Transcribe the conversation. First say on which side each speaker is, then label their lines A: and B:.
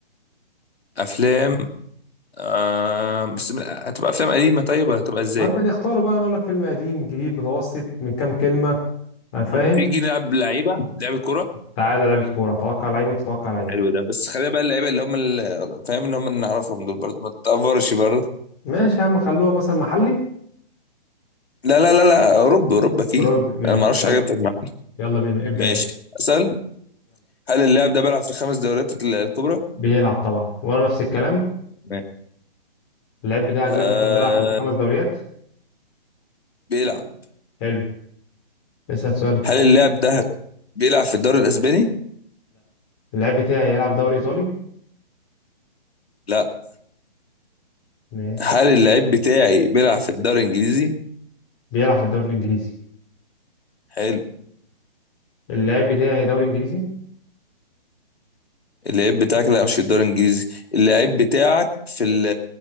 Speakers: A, on the left; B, on the left.
A: افلام آه بس من... هتبقى افلام قديمه طيب ولا هتبقى ازاي
B: ما انت نختار بقى انا اقول لك فيلم قديم جديد متوسط من كام كلمه أنا فاهم
A: تيجي نلعب لعيبه لعبه كوره
B: تعالى لعبه كوره اتوقع لعيب وانت تتوقع لعيب
A: حلو ده بس خلينا بقى اللعيبه اللي هم ال- فاهم اللي هم اللي نعرفهم دول برضه ما تتأفرش برضه
B: ماشي يا عم خلوها مثلا محلي
A: لا لا لا لا اوروبا اوروبا اكيد
B: اوروبي
A: انا ما اعرفش
B: يلا
A: حاجه بتجمع
B: يلا بينا ابدا
A: ماشي
B: يا باشا
A: اسال هل اللاعب ده بيلعب في الخمس دوريات ال- الكبرى؟
B: بيلعب طبعا وانا نفس الكلام
A: ماشي.
B: اللعيب بتاعك
A: آه
B: ده بيطلع- بيلعب في الخمس دوريات
A: بيلعب
B: حلو اسال سؤالك
A: هل اللاعب ده بيلعب في الدوري الاسباني
B: اللعيب بتاعي يلعب دوري ايطالي
A: لا
B: ماشي
A: هل اللعيب بتاعي بيلعب في الدوري الانجليزي
B: بيلعب في الدوري الانجليزي
A: حلو
B: اللعيب بتاعي دوري انجليزي
A: اللعيب بتاعك لا مش في الدوري الانجليزي اللعيب بتاعك في ال-